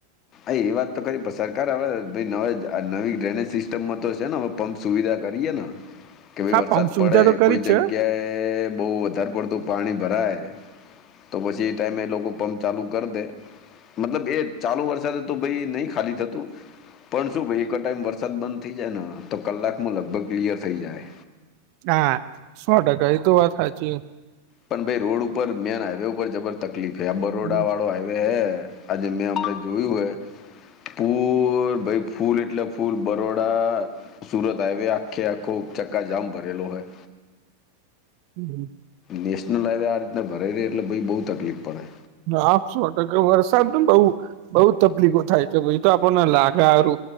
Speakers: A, on the left; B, on the right.
A: અ એ વાત તો ખરી સરકાર હવે નવે નવી ડ્રેનેજ સિસ્ટમમાં તો છે ને હવે પંપ સુવિધા કરીએ ન
B: <inaudible>
A: કે ભાઈ વરસાદ
B: સુવિધા
A: પડે
B: તો કરી
A: કોઈ
B: જ
A: જગ્યાએ
B: છે
A: બહુ વધારે પડતું પાણી ભરાય તો પછી એ ટાઈમે એ લોકો પંપ ચાલુ કરી દે મતલબ એ ચાલુ વર્ષ સાદે તો ભાઈ નહી ખાલી થતું પણ શું ભાઈ એક ટાઇમ વરસાદ બંધ થઈ જાય ને તો કલાકમાં લગભગ ક્લિયર થઈ જાય.
B: હા સો ટકા એ તો વાત સાચી.
A: પણ ભાઈ રોડ ઉપર મેન હાઈવે ઉપર જબર તકલીફ હે આ બરોડા
B: હમ
A: વાળો હાઈવે હૈ આજે મેં હમણા જોયું હય પૂર ભાઈ ફૂલ એટલે ફૂલ બરોડા સુરત હાઈવે આખે આખો ઉપ ચક્કા જામ ભરેલો હોય
B: હમ હમ
A: નેશનલ હાઇવે આ રીતના ભરાઈ રહી એટલે ભાઈ બહુ તકલીફ પડે.
B: આ સો ટકા વરસાદ ને બઉ બઉ તકલીફો થાય છે ભાઈ તો આપણને લાગે હારુ